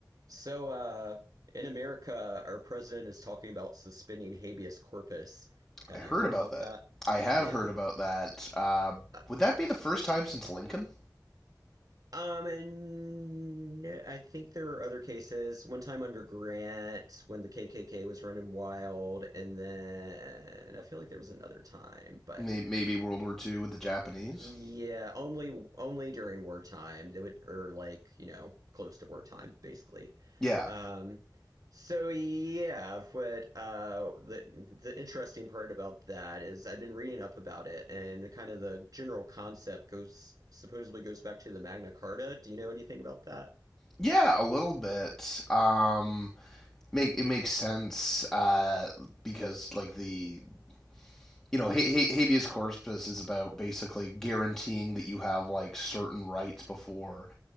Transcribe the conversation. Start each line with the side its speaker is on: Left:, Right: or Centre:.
Right: So, uh, in America, our president is talking about suspending habeas corpus. Have
Centre: I heard
Right: you heard
Centre: about
Right: about
Centre: that.
Right: that?
Centre: I have
Right: Yeah.
Centre: heard about that. Uh,
Right: Uh,
Centre: would that be the first time since Lincoln?
Right: Um, and no, I think there are other cases. One time under Grant, when the KKK was running wild, and then I feel like there was another time. But
Centre: Maybe World War Two with the Japanese.
Right: Yeah, only only during wartime. They would or like, you know, close to wartime, basically.
Centre: Yeah,
Right: Um so yeah, but uh the the interesting part about that is I've been reading up about it and the kind of the general concept goes supposedly goes back to the Magna Carta. Do you know anything about that?
Centre: yeah, a little bit. Um, make it makes sense uh, because like the you know, ha- ha- habeas corpus is about basically guaranteeing that you have like certain rights before,